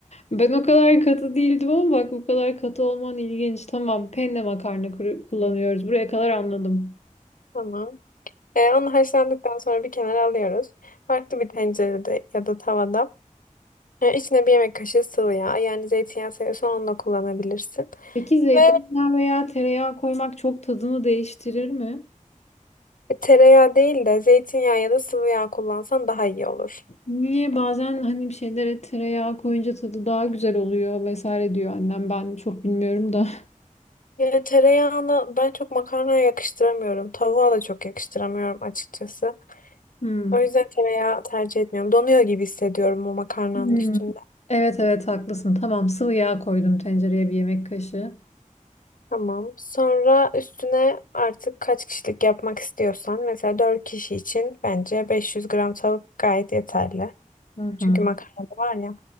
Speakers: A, on the left (about 55°); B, on the left (about 80°).
A: Ben o kadar katı değildim ama bak bu kadar katı olman ilginç. Tamam penne makarna kuru- kullanıyoruz buraya kadar anladım.
B: <laughs> Tamam. E, onu haşlandıktan sonra bir kenara alıyoruz. Farklı bir tencerede ya da tavada. E, içine bir yemek kaşığı sıvı yağ. Yani zeytinyağı seviyorsan onu da kullanabilirsin.
A: Peki zeytinyağı
B: Ve
A: veya tereyağı koymak çok tadını değiştirir mi?
B: tereyağı değil de zeytinyağı ya da sıvı yağ kullansan daha iyi olur.
A: Niye bazen hani bir şeylere tereyağı koyunca tadı daha güzel oluyor vesaire diyor annem. Ben çok bilmiyorum da.
B: Yani tereyağını ben çok makarnaya yakıştıramıyorum. Tavuğa da çok yakıştıramıyorum açıkçası.
A: Hmm.
B: O yüzden tereyağı tercih etmiyorum. Donuyor gibi hissediyorum o makarnanın
A: Hmm.
B: üstünde.
A: Evet evet haklısın. Tamam sıvı yağ koydum tencereye bir yemek kaşığı.
B: Tamam. Sonra üstüne artık kaç kişilik yapmak istiyorsan mesela 4 kişi için bence 500 gram tavuk gayet yeterli.
A: Hı
B: Çünkü
A: hı.
B: makarna da var ya.